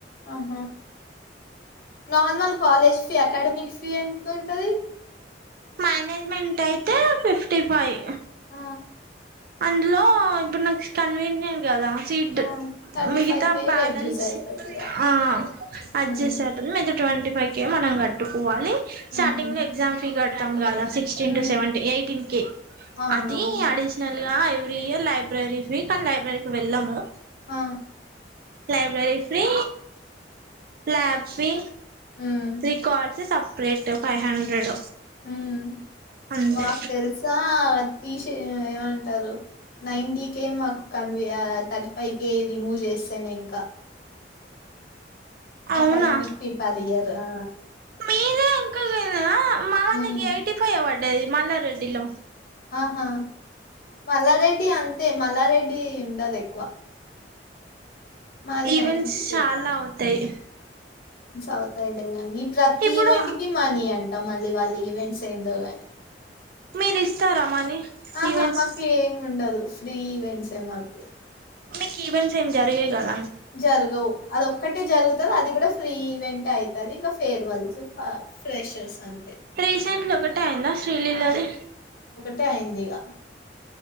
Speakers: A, on the left; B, on the right.
A: ఆహ నార్మల్ కాలజ్ ఫీ అకాడమిక్ ఫ ఇవి ఎంత ఉంటది
B: మేనేజ్మెంట్ అయితే ఫిఫ్టీ ఫైవ్
A: ఆ
B: అందులో ఇప్పుడు నాకు కన్వీనియయంట్ కదా సీట్
A: ఆ థర్టీ
B: మిగతా
A: ఫైవ్ కే
B: బ్యాలెన్స్
A: రెడ్యూస్ అయితది ఇగ
B: ఆ అడ్జస్ట్
A: హ్మ్
B: అవుతుంది ట్వంటీ ఫైవ్ కే మనం కట్టుకోవాలి
A: హుహు
B: స్టార్టింగ్ లో ఎగ్జామ్ ఫీ గడతమ్ లాగా sixteen
A: hmm
B: to seventeen eighteen K
A: అవునవును
B: అతి అడిషనల్ గా every year library week and లైబ్రరీకి వెళ్ళము
A: ఆ
B: లైబ్రరీ ఫ్రీ లాబ్ ఫ్రీ
A: హ్మ్
B: త్రికాల్స్ సప్ రేట్ ఫైవ్ హండ్రెడ్
A: మ్
B: అంతే
A: మాకు తెల్సా ఆతీష్ ఏమంటారు నైన్టీ కే మాకు కన్వే థర్టీ ఫైవ్ కే రిమూవ్ చేస్తేనే ఇంకా
B: అవునా
A: అకాడమిక్ ఫీ పర్ ఇయర్ ఆ
B: మీరే ఇంకానా మావన్నకి
A: హ్మ్
B: ఎయిటీ ఫైవ్ ఇవ్వ డేది మల్లారెడ్డి లో
A: ఆహా మల్లారెడ్డి అం మల్లారెడ్డి ఉండదు ఎక్కువ మాది
B: ఈవెంట్స్
A: నైన్టీ కే
B: చాలా అవుతాయి
A: అవుతాయిలేగాని ప్రతి
B: ఇప్పుడు
A: ఈవెంట్ కి మనీ అంటా మళ్ళీ వాళ్ళు ఈవెంట్స్ అయిందో గానీ
B: మీరీస్తారా మనీ
A: ఆహా
B: ఈవెంట్స్
A: మాకు ఏం ఉండదు త్రీ ఈవెంట్స్ మాకు
B: మీకు ఈవెంట్స్ ఎం జరిగేయి కాద
A: జరగవు అదొక్కటే జరుగుతది ఆది కూడా ఫ్రీ ఈవెంట్ అయితది ఇంకా ఫెర్వాల్స్ ఫా ఫ్రెషర్స్ అంత
B: రీసెంట్లీ ఒకటే అయిందా శ్రీలీలది
A: టే అయిందిగా